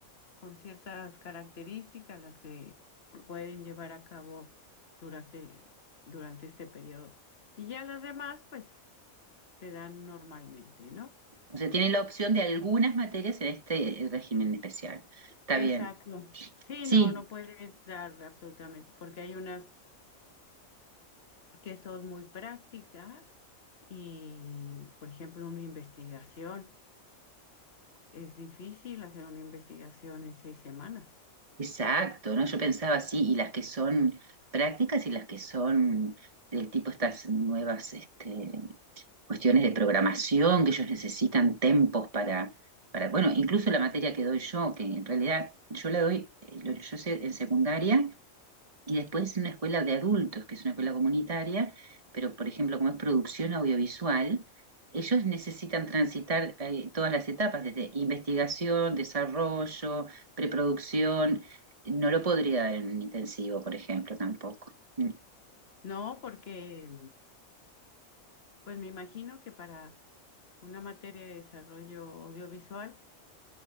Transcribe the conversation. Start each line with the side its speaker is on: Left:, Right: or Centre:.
Left: con ciertas características las que se pueden llevar a cabo durante, durante este periodo. Y ya las demás, pues, se dan normalmente, ¿no?
Right: O sea, tiene la opción de algunas materias en este eh, régimen especial. Está
Left: Exacto.
Right: bien.
Left: Sí,
Right: Sí.
Left: no, no puedes dar absolutamente, porque hay unas que son muy prácticas y, por ejemplo, una investigación. Es difícil hacer una investigación en seis semanas.
Right: Exacto, ¿no? Yo pensaba así, y las que son prácticas y las que son del tipo estas nuevas este, cuestiones de programación, que ellos necesitan tiempos para, para, bueno, incluso la materia que doy yo, que en realidad yo la doy, eh, lo- yo sé en secundaria, y después una escuela de adultos, que es una escuela comunitaria, pero por ejemplo, como es producción audiovisual, ellos necesitan transitar eh, todas las etapas, desde investigación, desarrollo, preproducción. No lo podría dar en un intensivo, por ejemplo, tampoco. Mm.
Left: No, porque pues me imagino que para una materia de desarrollo audiovisual,